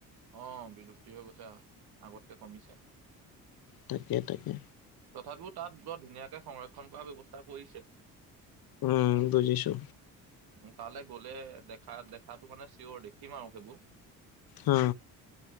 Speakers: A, on the right; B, on the left.
A: অ', বিলুপ্তি হৈ গৈছে আ-আগতকে কমিছে।
B: তাকে তাকে।
A: তথাপিও তাত বৰ ধুনীয়াকে সংৰক্ষণ কৰা ব্যৱস্থা কৰিছে।
B: উম, বুজিছো।
A: উ, তালে গ'লে দেখা দেখাটো মানে চিয়ৰ দেখিম আৰু সেইবোৰ।
B: উ।